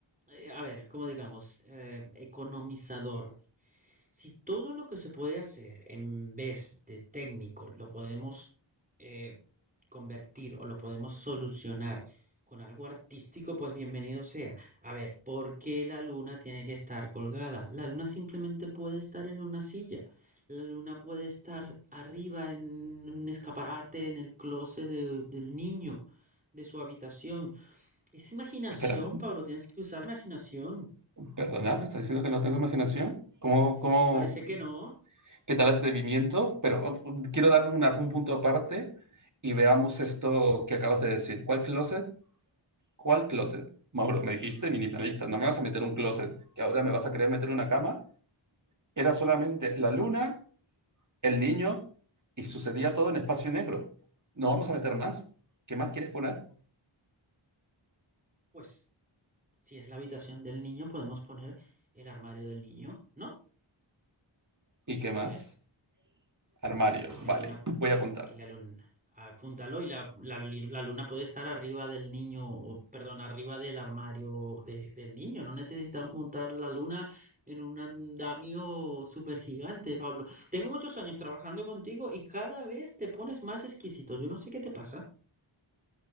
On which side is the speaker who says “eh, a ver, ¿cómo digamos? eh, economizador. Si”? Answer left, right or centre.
Right